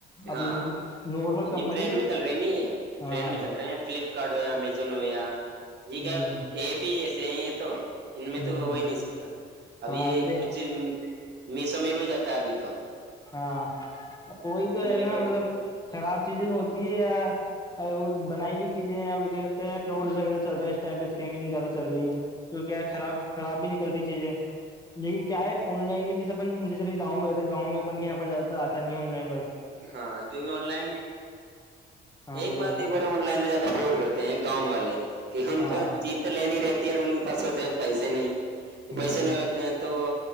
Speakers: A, on the left; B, on the right.
A: اب
B: ہاں
A: جیسے نارمل کمپنی
B: یہ ٹرین
A: جو
B: میں چل رہی نا یہ
A: ہاں
B: ٹرین میں چل رہے ہیں فلپ کارڈ ہو امزون ہو یا یہ
A: ہ
B: کیا ایپ ہی ایسے ہیں یہ تو ان میں
A: ہ
B: تو ہو ہی نہیں سکتا اب
A: ہاں
B: یہ
A: جیسے
B: کچھ میسوں میں بھی ہو جاتا ہے ابھی تو
A: ہاں وہی تو
B: ان
A: ہے
B: میں
A: نا
B: ہو
A: مطلب
B: جا-
A: خراب چیزیں ہوتی ہے وہ بنائی ہوئی چیزیں ا پ فروڈ
B: ہوں،
A: وغہ چل رہے ہیں اس ٹائ پہ اسکیمنگ زیاہ چل رہی ہے جو کیا ہے خراب خراب بھی نکلتی چیزیں لیکن کیا ہے آن لائن میں جیسا اپن سب گاؤںہتے گاؤ میں اپن کے یہاں پر زیاد تر آتا نہیں ہےن لن
B: ہاں کیونکہ آن لائن
A: ہاں
B: ایک
A: بولو
B: بات
A: بولو
B: ایک بار ہم آن لائن میں زیادہ اپلوڈ کرتے ہیں گاؤں والے کیکہ ان
A: ہاں
B: کا چ تو لینی رہتی ہے ان کے پاس ہوتے ہیں پیسے نہیں
A: ہوں
B: پیسے نہیں ہوتے ہیں تو وہ